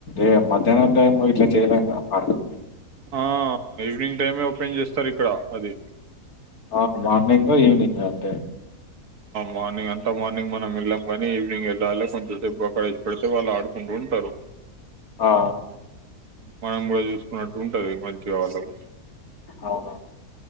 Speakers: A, on the left; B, on the right.
A: ఏ మధ్యాహ్నం టైము ఇట్లా చేయలేం కదా పార్కుకి.
B: ఆ ఈవినింగ్ టైమే ఓపెన్ చేస్తారు ఇక్కడ అది
A: ఆ! మార్నింగు, ఈవినింగు అంతే.
B: మార్నింగ్ అంతా మార్నింగ్ మనం వెళ్ళి ప నె ఈవినింగ్ వెళ్ళాలి కొంచె సేపు అక్కఇసి పెడితే వాళ్ళ ఆడు ఉంటుంటారు
A: ఆ!
B: మనం గూడా చూసుకున్నట్టు ఉంటది మంచిగా వాళ్ళకు
A: అవును.